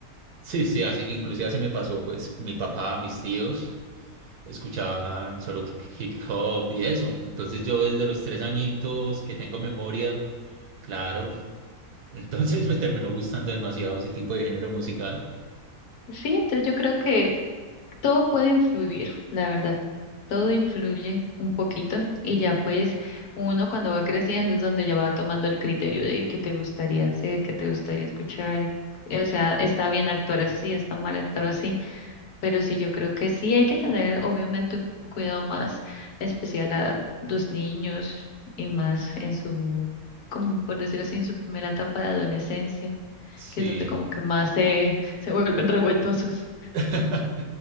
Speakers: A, on the right (about 70°); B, on the left (about 70°).
A: sí, sí, así, inclusive así me pasó, pues, mi papá, mis tíos. escuchaban solo hi- hip hop y eso. Entonces yo desde los tres añitos que tengo memoria, claro, entonces <laughs> me terminó gustando demasiado ese tipo de género musical.
B: Sí, entonces yo creo que todo puede influir, la verdad. Todo influye un poquito y ya pues uno cuando va creciendo es donde ya va tomando el criterio de qué te gustaría hacer, qué te gustaría escuchar. eh, O sea, está bien actuar así, está mal actuar así. Pero sí, yo creo que sí hay que tener, obviamente, un cuidado más especial a los niños y más en su, como por decirlo así, en su primera etapa de adolescencia,
A: Sí.
B: que es donde como que más se, se vuelven revueltosos.
A: <laughs>